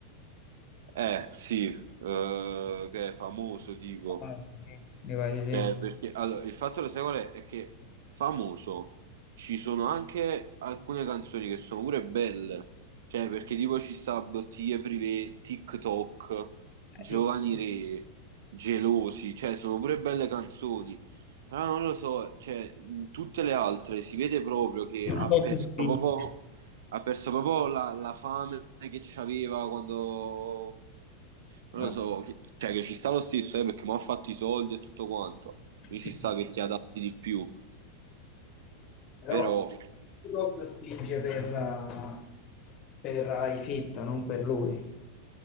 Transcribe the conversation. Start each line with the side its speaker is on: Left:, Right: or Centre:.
Right: Eh, sì, eh, che è famoso, tipo.
Left: Ah, sì, sì, Mi pare di sì.
Right: Cioè, perché, allora, il fatto lo sai qual è? È che famoso ci sono anche alcune canzoni che sono pure belle, cioè perché tipo ci sta Bottiglie Privé, TikTok, Giovani
Left: Eh, ti-
Right: Re, Gelosi, cioè sono pure belle canzoni, però non lo so, cioè in tutte le altre si vede proprio che
Left: ti
Right: ha
Left: tocca
Right: perso
Left: spingere.
Right: proprio, ha perso proprio la, la fame che c'aveva quando non
Left: Ah,
Right: lo so, che- cioè che ci sta lo stesso, eh, perché mi ha fatto i soldi e tutto quanto. Mi
Left: sì.
Right: ci sta che ti adatti di più,
Left: Però
Right: però...
Left: TikTok spinge per, eh, per eh, i fitta, non per lui.